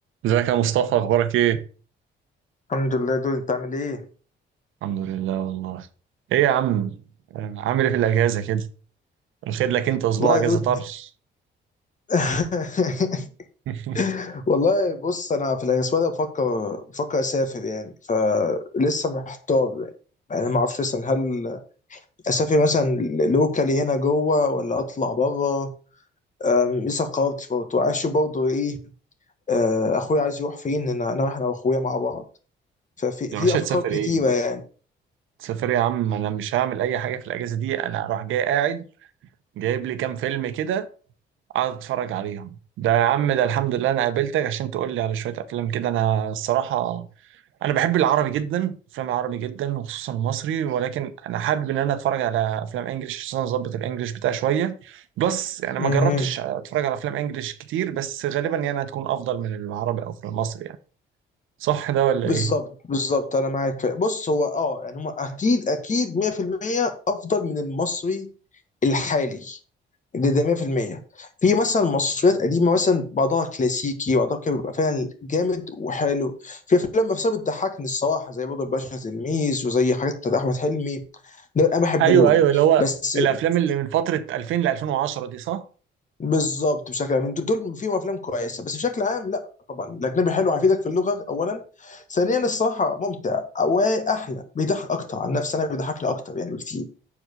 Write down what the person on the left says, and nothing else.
الحمد لله دول انت عامل ايه
والله
يا دود
<laughs>
والله بص انا في الاسبوع ده بفكر بفكر اسافر يعني فلسه محتار يعني يعني ما اعرفش مثلا هل اسافر مثلا لوكالي هنا جوه ولا اطلع بره أم، لسه ما قررتش برضه عايز اشوف برضه ايه آه، اخويا عايز يروح فين انا انا رايح انا واخويا مع بعض ففي
في
افكار
كتيره
يعني
مهم.
بالظبط
بالظبط انا معاك في بص هو اه يعني هم اكيد اكيد 100% افضل من المصري الحالي ده ده 100% في المية. في مثلا مصريات قديمه مثلا بعضها كلاسيكي وبعضها كده بيبقى فعلا جامد وحلو في افلام نفسها بتضحكني الصراحه زي برضه الباشا تلميذ وزي حاجات بتاعت احمد حلمي ده انا بحب
دول
بس
بالظبط بشكل عام انتوا دول فيهم افلام كويسه بس بشكل عام لا طبعا الاجنبي حلو هيفيدك في اللغه اولا ثانيا الصراحه ممتع واحلى بيضحك اكتر عن نفسي انا بيضحكني اكتر يعني بكتير